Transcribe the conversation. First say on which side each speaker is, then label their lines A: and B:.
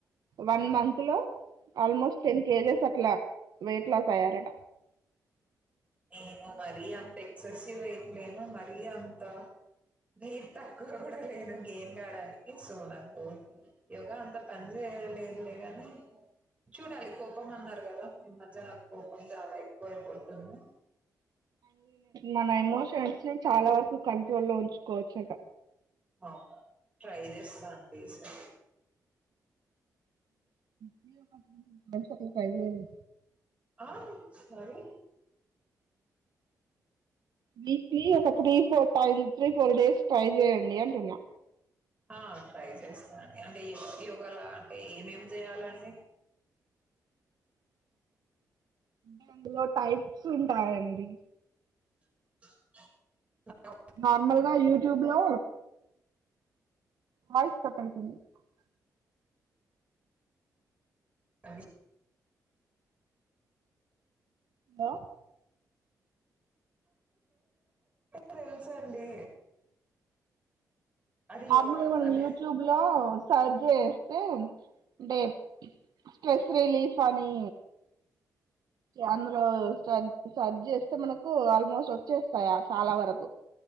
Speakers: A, on the right (about 70°); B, on the right (about 20°).
A: వన్ మంత్ లో ఆల్మోస్ట్ టెన్ కేజెస్ అట్లా వెయిట్ లాస్ అయ్యారట.
B: నేను మరీ అంత ఎక్సెసివ్ వెయిట్లేను. మరీ అంత వెయిట్ తక్కువ కూడా లేను. గెయిన్ కాడానికి సో నాకు యోగా అంత పని చే లేదులే కానీ చూడాలి కోపం అన్నారు కదా, ఈ మధ్య నాకు కోపం చాలా ఎక్కువ అయిపోతుంది.
A: మన ఎమోషన్స్ ని చాలా వరకు కంట్రోల్లో ఉంచుకోవచ్చట.
B: ఆ ట్రై చేస్తా అండి ఈ సా
A: సరే ఒక సార్ ట్రై చేయండి.
B: ఆ సరే.
A: వీక్లీ ఒక త్రీ ఫోర్ టై త్రీ ఫోర్ డేస్ ట్రై చేయండి అంటున్నా.
B: ఆ ట్రై చేస్తానండి అంటే యో యోగా అంటే ఏమేమి చేయాలండి?
A: అ అందులో టైప్స్ ఉంటాయండి.
B: <unintelligible>
A: నార్మల్గా యూట్యూబ్ లో హ కటయితుని <unintelligible>
B: అ <unintelligible>
A: హలో!
B: తెలుసండి అది
A: నార్మల్గా
B: యో అంటే
A: యూట్యూబ్ లో సర్చ్ చేస్తే అంటే స్ట్రెస్ రిలీఫ్ అని అందులో సర్చ్ చేస్తే మనకు ఆల్మోస్ట్ వచ్చేస్తాయి చాలా వరకు.